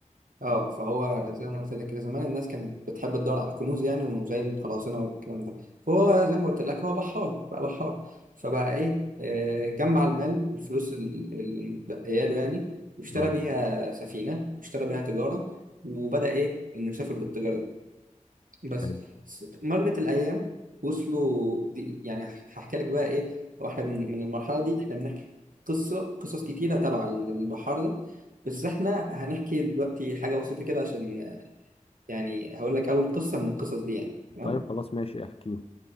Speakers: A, on the right (about 90°); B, on the left (about 45°).
A: اه فهو زي ما قلت لك كده زمان الناس كانت بتحب تدور على الكنوز يعني وزي القراصنه والكلام ده فهو زي ما قلت لك هو بحار بقى بحار فبقى ايه آه، جمع المال الفلوس ال- اللي متبقيه له يعني واشترى
B: اه
A: بيها سفينه واشترى بيها تجاره وبدأ ايه انه يسافر بالتجاره دي بس
B: حلو
A: س- مرت الايام وصلوا دي يعني هحكي لك بقى ايه واحنا من من المرحله دي احنا بنحكي قصه قصص كتيره تبع البحار ده بس احنا هنحكي دلوقتي حاجه بسيطه كده عشان يعني هقول لك اول قصه من القصص دي يعني تمام
B: طيب خلاص ماشي احكيه